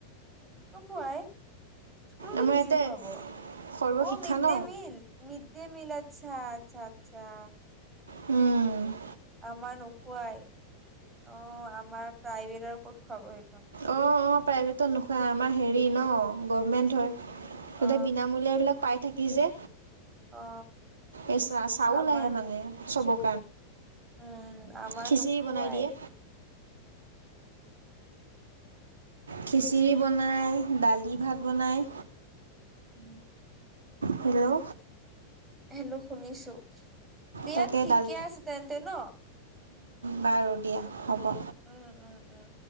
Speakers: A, on the right; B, on the right.
A: নোখুৱাই। স্কুলত
B: আমাৰ
A: দি খিচিৰি
B: ইয়াতে
A: খুৱাব
B: সৰ্বশিক্ষা
A: অ মিড
B: ন
A: day meal mid mid day meal আচ্ছা-আচ্ছা-আচ্ছা
B: উম,
A: আমাৰ নোখোৱাই অ আমাৰ প্ৰাইভেট আৰু ক'ত খোৱাব
B: অ-অ প্ৰাইভেটত নোখোৱাই আমাৰ হেৰি ন গভমেণ্ট হয়। ততে
A: অ
B: বিনামূলীয়া বিলাক পাই থাকি যে
A: অ
B: এ ছা চাউল
A: আমাৰ
B: আহে মানে চবক
A: উম আমাৰ
B: খিচিৰি
A: নুখোৱাই।
B: বনাই দিয়ে খিচিৰি বনায় দালি, ভাত বনায়
A: <inaudible>
B: হেল্ল',
A: হেল্লো', শুনিছো দিয়া
B: তাকে
A: ঠিকে
B: দাল
A: আছে তেন্তে ন
B: বাৰু দিয়া হ'ব
A: উম-উম-উম